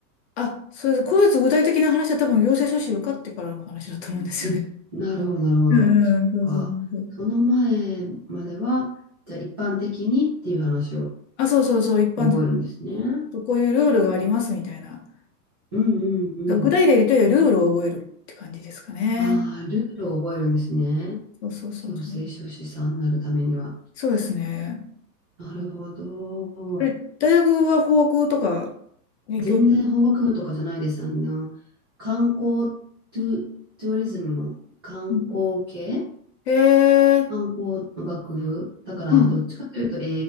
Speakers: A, on the left; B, on the right.
A: あ、それで、個別具体的な話は多分行政書士受かってからの話だと思うんですよね。
B: うんなるほど、なるほど。
A: <laughs> うんうん、
B: そっか。
A: そうそうそうそう。
B: その前までは、じゃあ一般的にっていう話を
A: あ、そうそうそう、一般的に、
B: 覚えるんですね。
A: こういうルールがありますみたいな。
B: うんうんうん。
A: 具体例で言うとルールを覚えるって感じですかね。
B: ああ、ルールを覚えるんですね。
A: そうそうそうそう。
B: 行政書士さんになるためには。
A: そうですね。
B: なるほど。
A: あれ、大学は法学とか勉強したこと
B: 全然法学部とかじゃないです。あの、観光トゥ、トゥーリズムの観光系
A: うん。とへえ。
B: 観光の学部。だから、
A: うん
B: どっちかというと英